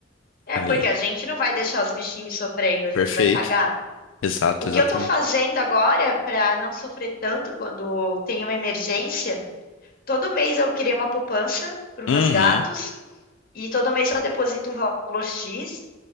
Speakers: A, on the left (about 50°); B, on the left (about 85°).
A: É
B: Aí,
A: porque a gente não vai deixar os bichinhos sofrendo, a gente
B: perfeito.
A: vai pagar.
B: Exato,
A: O que
B: exatamente.
A: eu tô fazendo agora para não sofrer tanto quando tem uma emergência, todo mês eu criei uma poupança para os
B: Uhum.
A: meus gatos e todo mês eu deposito um valor X